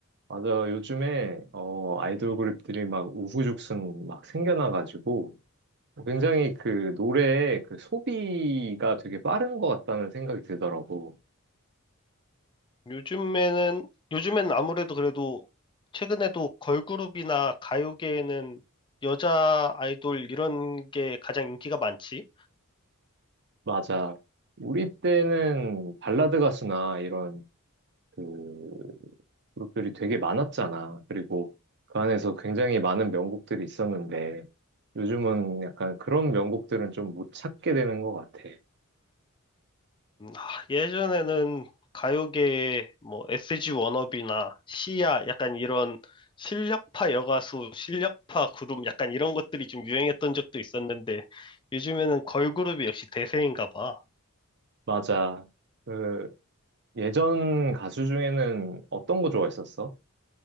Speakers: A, on the right (about 50°); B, on the left (about 20°).
A: 맞아. 요즘에, 어, 아이돌 그룹들이 막 우후죽순 막 생겨나가지고 굉장히 그 노래의 그 소비가 되게 빠른 것 같다는 생각이 들더라고.
B: 요즘에는, 요즘엔 아무래도 그래도 최근에도 걸그룹이나 가요계에는 여자 아이돌 이런 게 가장 인기가 많지.
A: 맞아. 우리 때는 발라드 가수나 이런 그 그룹들이 되게 많았잖아. 그리고 그 안에서 굉장히 많은 명곡들이 있었는데 요즘은 약간 그런 명곡들은 좀 못 찾게 되는 것 같아.
B: 음, 아, 예전에는 가요계에 뭐 SG 워너비나 시아 약간 이런 실력파 여가수, 실력파 그룹 약간 이런 것들이 좀 유행했던 적도 있었는데 요즘에는 걸그룹이 역시 대세인가 봐.
A: 맞아. 그 예전 가수 중에는 어떤 거 좋아했었어?